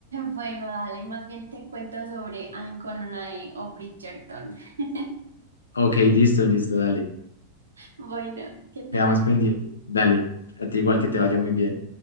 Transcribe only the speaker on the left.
Ok, listo, listo, dale.
Quedamos
pendientes. Dale, a ti igual que te vaya muy bien.